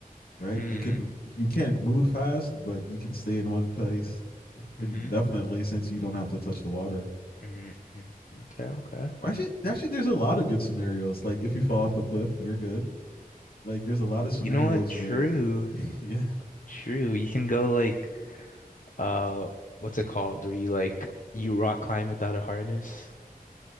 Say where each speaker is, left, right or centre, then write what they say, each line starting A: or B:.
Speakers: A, on the left; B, on the left.
A: right?
B: Hmm.
A: You can you can't move fast, but you can stay in one place
B: hmm
A: indefinitely since you don't have to touch the water.
B: hmm hmm Okay, okay.
A: Actually, actually, there's a lot of good scenarios. Like if you fall off a cliff, you're good. Like there's a lot of scenarios
B: You know what? True.
A: where <laughs> yeah,
B: True. You can go like uh what's it called? Where you like you rock climb without a harness?